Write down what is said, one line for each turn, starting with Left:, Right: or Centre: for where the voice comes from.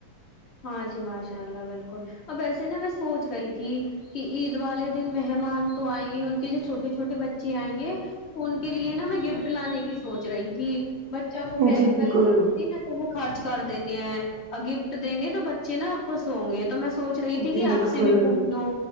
Left: ہاں جی ماشاء اللہ بالکل اب ایسے نا میں سوچ رہی تھی کہ عید والے دن مہمان تو آئیں گے ان کے جو چھوٹے چھوٹے بچے آئیں گے ان کے کے لیے نا میں گفٹ لانے کی سوچ رہی تھی بچوں کو پیسے
Right: جی بالکل
Left: وغیرہتے نا وہ خرچ کر دیتے ہیں گفٹ دیں گے تو بچے نا خوش ہوں گے تو میں سوچ رہی تھی
Right: جی
Left: کہ
Right: بالکل
Left: آپ سے بھی پوچھ لوں